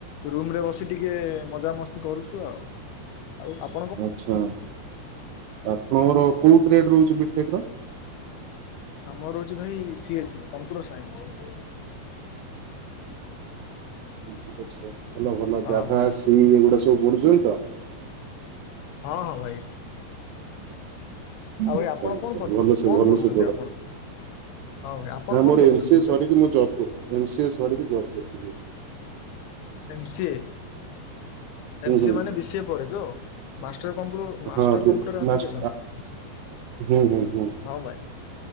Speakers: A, on the left; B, on the right.
A: ରୁମ୍ ରେ ବସି ଟିକେ ମଜାମସ୍ତି କରୁଛୁ ଆଉ ଆପ
B: ଆଚ୍ଛା ଆପଣଙ୍କର କୋଉ ଟ୍ରେଟ ରହୁଛି ବିଟେକ୍ ର
A: ଆମର ରହୁଛି ଭାଇ ସିଏସେ କମ୍ପ୍ୟୁଟର୍ ସାଇନ୍ସ।
B: ହୁଁ ଏସ୍ ଏସ୍ ଭଲ ଭଲ
A: ହଁ
B: ଜାଭା
A: ଭାଇ।
B: ସି ଏଗୁଡା ସବୁ ପଢୁଛନ୍ତି ତ
A: ହଁ ହଁ ଭାଇ। ଆଉ ଭାଇ
B: ଆଛା
A: ଆପଣ
B: ଆଛା
A: କଣ ପ
B: ଭଲ ସେ
A: କଣ
B: ଭଲ
A: ପଢ଼ୁଛନ୍ତି
B: ସେ ପଢ଼।
A: ଆପଣ? ହଁ ଭାଇ ଆପଣ
B: ନା
A: କଣ
B: ମୋର
A: ପଢ଼ୁଛନ୍ତି
B: ଏମ୍ ସିଏ
A: ଏବେ?
B: ସରିକି ମୁଁ ଜବ୍ କ ଏମ୍ ସିଏ ସରୀକି ଜବ୍ କରୁଚି ଭାଇ।
A: ଏମ୍ ସିଏ।
B: ହୁଁ
A: ଏମ୍ ସିଏ
B: ହୁଁ
A: ମାନେ ବି ସି ଏ ପଡେ ଜୋ। ମାଷ୍ଟର କମ୍ପ୍ୟୁଟର ମାଷ୍ଟର
B: ହଁ
A: କମ୍ପ୍ୟୁଟର ଆପ୍ଲିକେସନ
B: ମାଷ୍ଟ ହୁଁ ହୁଁ ହୁଁ
A: ହଁ ଭାଇ।